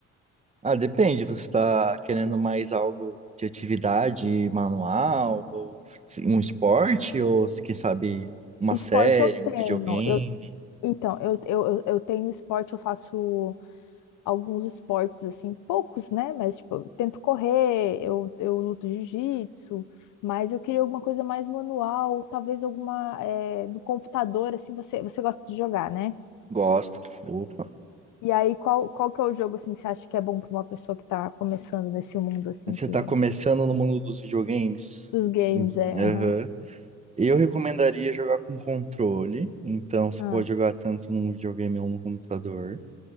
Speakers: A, on the right; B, on the left.
A: Ah, depende, você tá querendo mais algo de atividade manual, ou um esporte, ou se- quem sabe uma
B: Esporte
A: série,
B: eu
A: um
B: treino,
A: videogame?
B: eu Então, eu, eu, eu eu tenho esporte, eu faço alguns esportes, assim, poucos, né? Mas, tipo, eu tento correr, eu, eu luto jiu-jitsu, mas eu queria alguma coisa mais manual, talvez alguma é, do computador, assim, você, você gosta de jogar, né?
A: Gosto. Opa.
B: E aí, qual, qual que é o jogo, assim, que você acha que é bom para uma pessoa que tá começando nesse mundo, assim,
A: Você
B: que...
A: tá começando no mundo dos videogames?
B: Dos games,
A: Hum,
B: é,
A: Aham.
B: aham.
A: Eu recomendaria jogar com controle, então você
B: Ah,
A: pode jogar tanto num videogame ou no computador,